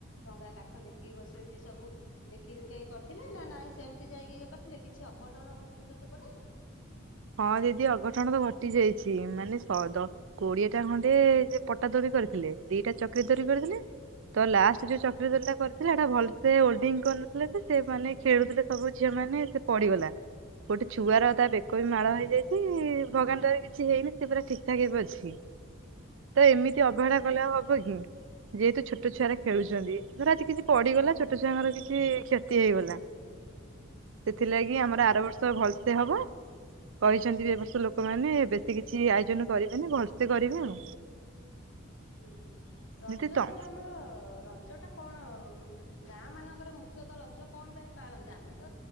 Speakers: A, on the left; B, on the right.
A: ଭଙ୍ଗା କାଠ ଦେଖିକି ବସିବେ ଏମିତି ସବୁ ଦେଖି ଦୁଖାକି କରିଥିଲେ ନା ନାଇଁ ସେମିତି ଯାଇକି ଇଏ କରିଥିଲେ କିଛି ଅଘଟଣ ଘଟିନି ତ ସେପଟେ?
B: ହଁ ଦିଦି ଅଘଟଣ ତ ଘଟି ଯାଇଚି, ମାନେ ସ ଦଶ କୋଡିଏଟା ଖଣ୍ଡେ ଯେ ପଟା ଦୋରି କରିଥିଲେ, ଦିଟା ଚକ୍ରି ଦୋରି କରିଥିଲେ ତ ଲାଷ୍ଟ ଯୋଉ ଚକ୍ରି ଦୋରି ଟା କରିଥିଲେ ସେଟା ଭଲସେ ଓଲ୍ଡିଙ୍ଗ୍ କରିନଥିଲେ, ତ ସେ ମାନେ ଖେଳୁଥିଲେ ସବୁ ଝିଅ ମାନେ ସେ ପଡିିଗଲା ଗୋଟେ ଛୁଆର ତା ବେ କ ବି ମାଳ ହେଇଯାଇଚି, ଭଗାନଟାରେ କିଛି ହେଇନି ସେ ପୁରା ଠିକ ଠାକ ହେବେ ଅଛି ତ ଏମିତି ଅବହେଳା କଲେ ହବ କି ଯେହେତୁ ଛୋଟ ଛୁଆରେ ଖେଳୁଛନ୍ତି ଧର ଆଜି କିଛି ପଡିଗଲା ଛୋଟ ଛୁଆଙ୍କର କିଛି କ୍ଷତି ହେଇଗଲା ସେଥିଲାଗି ଆମର ଆର ବର୍ଷ ଭଲସେ ହବ। କହିଛନ୍ତି ଏବର୍ଷ ଲୋକମାନେ ବେଶୀ କିଛି ଆୟୋଜନ କରିବେନି ଭଲସେ କରିବେ ଆଉ।
A: ହୁଁ ହୁଁ ରଜରେ
B: ଦିଦି ତ
A: ଆମର ରଜ ଟା କଣ? ଗାଁ ମାନଙ୍କରେ ମୁଖ୍ୟତଃ ରଜ କଣ ପାଇଁ ପାଳନ୍ତି, ଆମେ ତ